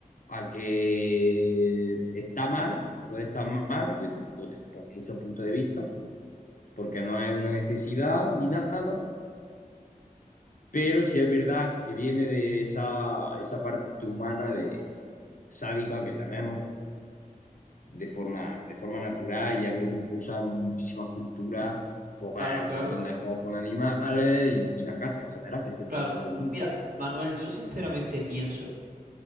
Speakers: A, on the left; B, on the right.
A: a que está mal, puede estar mal, de- pues, de- por muchos puntos de vista, porque no es una necesidad ni nada, pero sí es verdad que viene de esa, esa parte humana de sádica que tenemos de forma, de forma natural y es lo que impulsa en muchísimas culturas, pues
B: claro, claro,
A: un montón de juegos con animales y, y la caza en general, que es que está
B: claro.
A: en todo el mundo.
B: Mira, Manuel, yo sinceramente pienso